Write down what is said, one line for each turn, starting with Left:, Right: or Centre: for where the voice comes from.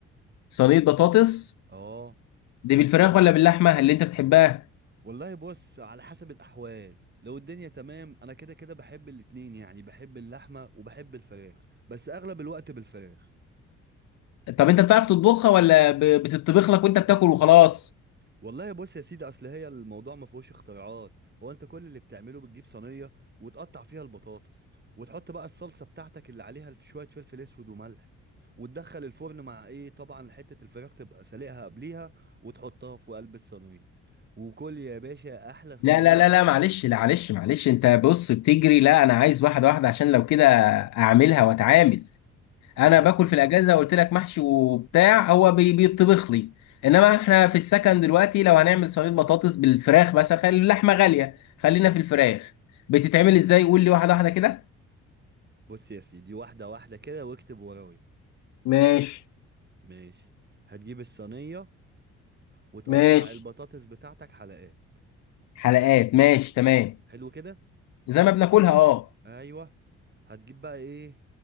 Left: صينيه بطاطس
Right: اه
Left: دي بالفراخ ولا باللحمه اللي انت بتحبها
Right: والله بص على حسب الاحوال لو الدنيا تمام انا كده كده بحب الاتنين يعني بحب اللحمة وبحب الفراخ بس اغلب الوقت بالفراخ
Left: طب انت بتعرف تطبخها ولا ب- بتطبخ لك وانت بتاكل وخلاص
Right: والله بص يا سيدي اصل هي الموضوع ما فيهوش اختراعات هو انت كل اللي بتعمله بتجيب صينيه وتقطع فيها البطاطس وتحط بقى الصلصه بتاعتك اللي عليها الف- شويه فلفل اسود وملح وتدخل الفرن مع ايه طبعا حته الفراخ تبقى سالقها قبليها وتحطها في قلب الصينيه وكل يا باشا احلى صينيه
Left: لا لا لا لا
Right: بطاطس
Left: معلش لا معلش معلش انت بص بتجري لا انا عايز واحده واحده عشان لو كده اعملها واتعامل انا
Right: بص
Left: باكل
Right: يا
Left: في الاجازه
Right: سيدي
Left: قلت لك محشي وبتاع هو بي- بيطبخ لي انما احنا في السكن دلوقتي لو هنعمل صينيه بطاطس بالفراخ مثلا خلي اللحمه غاليه خلينا في الفراخ بتتعمل ازاي قول لي واحده واحده كده
Right: بص يا سيدي واحده واحده كده واكتب ورايا
Left: ماشي
Right: ماشي هتجيب الصينيه وتقطع
Left: ماشي
Right: البطاطس بتاعتك حلقات
Left: حلقات ماشي تمام
Right: حلو كده
Left: زي ما بناكلها اه
Right: ايوه هتجيب بقى ايه